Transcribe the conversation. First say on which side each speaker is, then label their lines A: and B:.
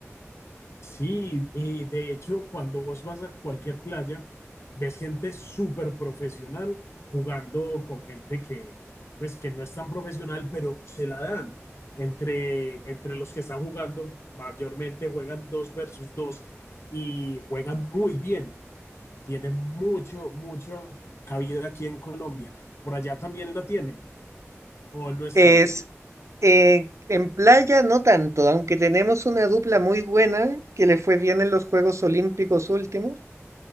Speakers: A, on the left; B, on the right.
A: Sí, y de hecho, cuando vos vas a cualquier playa, ves gente súper profesional jugando con gente que, pues, que no es tan profesional, pero se la dan. Entre, entre los que están jugando, mayormente juegan dos versus dos y juegan muy bien. Tienen mucho, mucho cabida aquí en Colombia. Por allá también la tienen, o no es
B: Es,
A: tanto.
B: eh, en playa no tanto, aunque tenemos una dupla muy buena que le fue bien en los Juegos Olímpicos últimos,